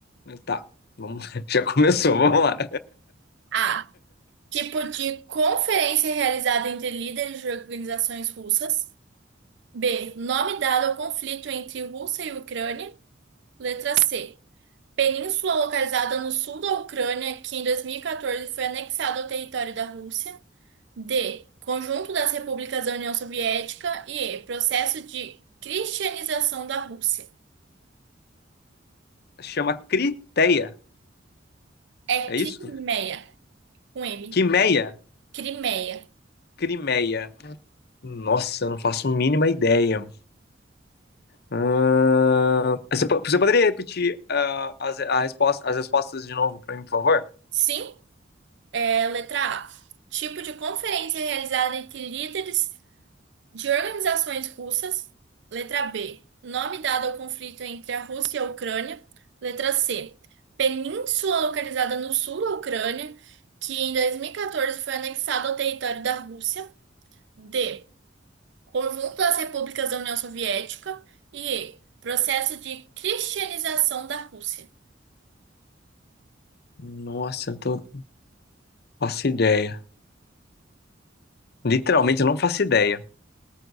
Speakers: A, on the left; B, on the right.
A: Tá. Vamos, <laughs> já começou, vamos lá.
B: A. Tipo de conferência realizada entre líderes de organizações russas. B. Nome dado ao conflito entre Rússia e Ucrânia. Letra C. Península localizada no sul da Ucrânia, que em 2014 foi anexada ao território da Rússia. D. Conjunto das repúblicas da União Soviética. E E. Processo de cristianização da Rússia.
A: Chama Criteia,
B: É
A: é
B: Crimeia,
A: isso?
B: com M.
A: Quimeia?
B: Crimeia.
A: Crimeia. Nossa, eu não faço a mínima ideia. Ahn, você, po- você poderia repetir ah, as, a resposta- as respostas de novo pra mim, por favor?
B: Sim, é, letra A. Tipo de conferência realizada entre líderes De organizações russas. Letra B. Nome dado ao conflito entre a Rússia e a Ucrânia. Letra C. Península localizada no sul da Ucrânia, que em 2014 foi anexada ao território da Rússia. D. Conjunto das repúblicas da União Soviética. E E. Processo de cristianização da Rússia.
A: Nossa, eu tô... faço ideia. Literalmente, eu não faço ideia.